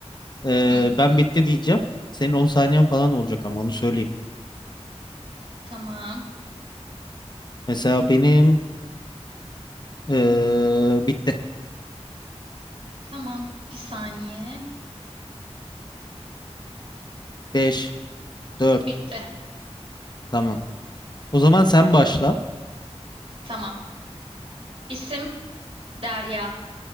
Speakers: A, on the left; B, on the right.
A: Ee,
B: Hı,
A: ben bitti diyeceğim. Senin 10 saniyen falan olacak ama onu söyleyeyim.
B: tamam.
A: Mesela benim ee, bitti.
B: Tamam. Bir saniye.
A: 5. Dört
B: Bitti.
A: Tamam. O zaman sen başla.
B: Tamam. İsim Derya.